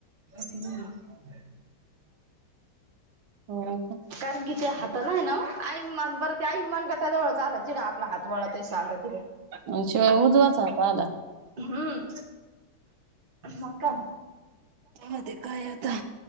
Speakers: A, on the right; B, on the right.
A: <unintelligible> <unintelligible>
B: हो
A: कारण की त्या हाताला आहे ना आइन मनगटावर ते आइन मनगटावर चाला जिथे आपला हात वळत सारखा.
B: म्हणजे उजवाच हात. आला.
A: हम्म हो का?
B: तेव्हा, काय आता?